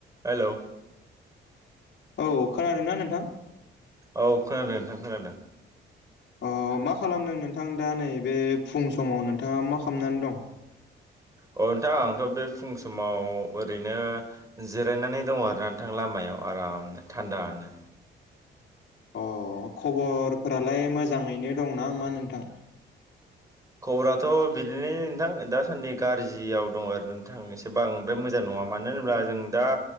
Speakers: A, on the right; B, on the left.
A: हेल'
B: औ खोनादोंना नोंथां?
A: औ खोनादों नोंथां खोनादों।
B: अ मा खालामदों नोंथां दा नै बे फुं समाव नोंथाङा मा खालामनानै दं?
A: अ नोंथां आंथ' बे फुं समाव ओरैनो जिरायनानै दङ आरोना नोंथां लामाया। आराम थान्दानो
B: अ खबरफोरालाय मोजाङैनो दंना मा नोंथां?
A: खबराथ' बिदिनो नोंथां दासान्दि गाज्रियाव दं आरो नोंथां एसे बांद्राय मोजां नङा। मानो होनब्ला जों दा